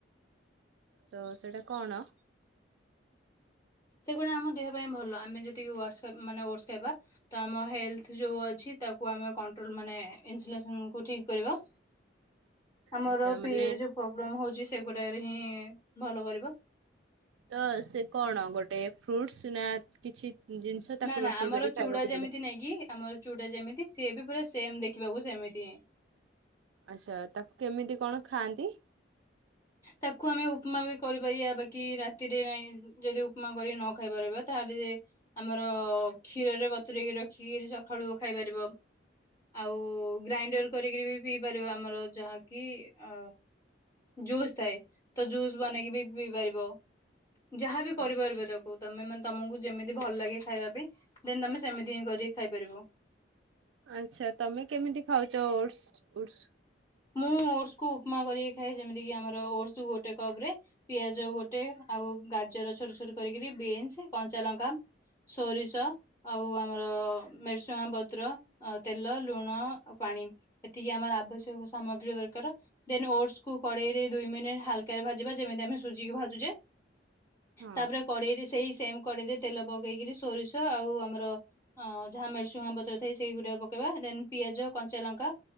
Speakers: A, on the right; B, on the left.
A: ତ ସେଇଟା କଣ?
B: ସେଗୁଡା ଆମ ଦେହ ପାଇଁ ଭଲ। ଆମେ ଯେତିକି ୱାର୍ଡ଼ସ ଖାଇ-ମାନେ ଓଡ୍ସ ଖାଇବା ତ ଆମ ହେଲ୍ଥ ଯୋଉ ଅଛି ତାକୁ ଆମେ କଟ୍ରୋଲ ମାନେ ଇନ୍ସ୍ ଲେସନ କୁ ଠିକ୍ କରିବା। ଆମର
A: ଆଚ୍ଛା ମାନେ
B: ପି-ଯୋଉ ପ୍ରୋବ୍ଲେମ ହଉଛି, ସେଗୁଡାରେ ରେ ହିଁ ଭଲ କରିବ।
A: ତ ସେ କଣ ଗୋଟେ ଫ୍ରୁଟ୍ଶୁ ନା କିଛି ଜିନିଷ ତାକୁ
B: ନା ନା
A: ରୋଷେଇ
B: ଆମର
A: କରି
B: ଚୁଡା
A: ଖାଇବାକୁ
B: ଯେମିତି
A: ପଡେ?
B: ନାଇଁ କି ଆମର ଚୁଡା ଯେମିତି ସିଏ ବି ପୁରା ସେମ୍ ଦେଖିବାକୁ ସେମିତି।
A: ଆଚ୍ଛା ତାକୁ କେମିତି କଣ ଖାଆନ୍ତି?
B: ତାକୁ ଆମେ ଉପମା ବି କରିପାରିବା ବାକି ରାତିରେ ନାଇଁ ଯଦି ଉପମା କରିକି ନ ଖାଇ ପାରିବା ତାହେଲେ ଯେ ଆମର କ୍ଷୀରରେ ବତୁରେଇକି ରଖିକି ସକାଳକୁ ଖାଇ ପାରିବ। ଆଉ ଗ୍ରାଇଣ୍ଡର କରିକି ବି ପିଇ ପାରିବ ଆମର ଯାହାକି ଅ ଜୁସ୍ ଥାଏ ତ ଜୁସ୍ ବନେଇକି ବି ପିଇ ପାରିବ ଯାହାବି କରିପାରିବେ
A: ଆଚ୍ଛା।
B: ତାକୁ। ତମେ ମାନେ ତମକୁ ଯେମିତି ଭଲ ଲାଗେ ଖାଇବା ପାଇଁ ଦେନ୍ ତମେ ସେମିତି ହିଁ କରିକି ଖାଇ ପାରିବ।
A: ଆଚ୍ଛା ତମେ କେମିତି ଖାଉଛ ଓଡସ୍ ଓଡସ୍?
B: ମୁଁ ଓଟସ କୁ ଉପମା କରିକି ଖାଏ ଯେମିତି କି ଆମର ଓଡସ କୁ ଗୋଟେ କପ ରେ ପିଆଜ ଗୋଟେ ଆଉ ଗାଜର ଛୋଟ ଛୋଟ କରିକିରି ବିନ୍ସ, କଞ୍ଚା ଲଙ୍କା। ସୋରିସ। ଆଉ ଆମର ମେରସୁଙ୍ଗା ପତ୍ର ଆ ତେଲ, ଲୁଣ ଆଉ ପାଣି। ଏତିକି ଆମର ଆବଶ୍ୟକ ସାମଗ୍ରୀ ଦରକାର। ଦେନ୍ ଓଡସ କୁୁ କଡେଇରେ ଦୁଇ ମିନିଟ ହାଲକାରେ ଭାଜିବା ଯେମିତି ଆମେ ସୁଜିକୁ ଭାଜୁଚେ।
A: ହଁ।
B: ତାପରେ କଡେଇରେ ସେଇ ସେମ କଡେଇରେ ତେଲ ପକେଇକିରି ସୋରିଷ ଆଉ ଆମର ଆ ଯାହା ମେରସିଙ୍ଗ ପତ୍ର ଥାଏ ସେଇଗୁଡା ପକେଇବା ଦେନ ପିଆଜ, କଞ୍ଚା ଲଙ୍କା।